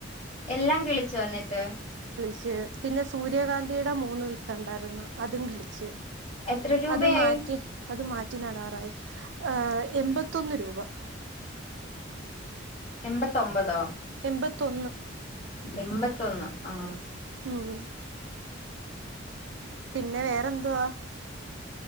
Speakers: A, on the left; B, on the right.
A: എല്ലാം കിളിച്ചോ എന്നിട്ട്
B: റ്റ് പിന്നെ സൂര്യകാന്തിയ്ടെ മൂന്ന് വി ത്ത്ണ്ടായിരുന്ന് അതും കിളിച്ച്
A: എത്ര രൂപയായി
B: അത് മാറ്റി അത് മാറ്റി നടാറായി ഏ എമ്പത്തൊന്ന് രൂപ
A: എമ്പത്തൊമ്പതോ
B: എമ്പത്തൊന്ന്
A: എമ്പത്തൊന്ന് ആ
B: ഉം പിന്നെ വേറെന്തുവാ?